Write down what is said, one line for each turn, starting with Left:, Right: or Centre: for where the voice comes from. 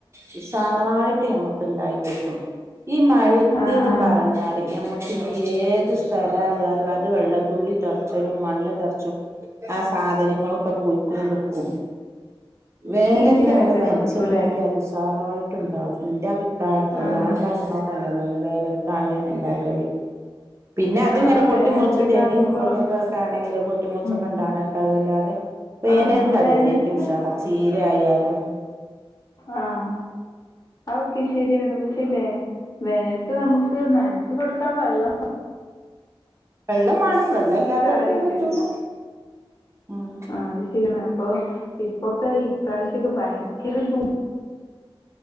Right: വിഷാറായിട്ട് ഞമ്മക്കന്തൊയി കിട്ടും ഈ മഴത്ത്ന്ന്
Left: ആഹ് ആഹ്
Right: പറഞ്ഞാല് ഞമ്മക്ക് ഇഞ്ഞ് ഏത് സ്ഥലായാലും അത് വെള്ളത്തുള്ളി തെർച്ചലും മണ്ണ് തെർച്ചും ആ സാധനങ്ങളൊക്കെ പോയി കോണ്ട്ക്കും വേനൽക്ക്
Left: ചീച്ചിലായിട്ടൊക്കെ
Right: ഞമ്മള് നന്ച്ച്
Left: നിക്കൂല്ലേ?
Right: ച്ച്ണ്ടാക്കിയാൽ ഉസാറായിട്ട്ണ്ടാവും ഇൻ്റെ അഭിപ്രായാട്ടൊ
Left: ആഹ്
Right: ഞാൻ ഇണ്ടാക്കണോ അങ്ങനേണ് വേനൽക്കാണ് ഇണ്ടാക്കല് പിന്നെ അതിങ്ങനെ
Left: അപ്പൊ
Right: പൊട്ടി
Left: വേനൽക്ക്ണ്ടാക്കുമ്പോ
Right: മൊൾച്ചും ചെരങ്ങി കുമ്പളങ്ങിക്കെ ആണെങ്കില് പൊട്ടിമൊൾച്ചൊക്കെണ്ടാണെ
Left: ഉം
Right: ഇണ്ടാകണല്ലാതെ വേനൽക്കത്
Left: ആഹ് വേനൽക്ക്
Right: ഏറ്റോം ഉഷാറാ ചീരയായാലും
Left: ആഹ് അത് ഒക്കെ ശെരിയാണ് പക്ഷേ ല്ലേ വേനൽക്ക് നമ്മക്ക് നൻച്ച് കൊടുക്കാൻ വെള്ളം
Right: വെള്ളം മാണം വെള്ളം ഇല്ലാത്തോൽക്ക്
Left: കാര്യല്ലല്ലോ.
Right: അത് പറ്റൂല ഉം
Left: അഹ് <unintelligible> ണ് അപ്പൊ ഇപ്പൊക്കെ ഇപ്രാവശ്യൊക്കെ ഭയങ്കര ചൂ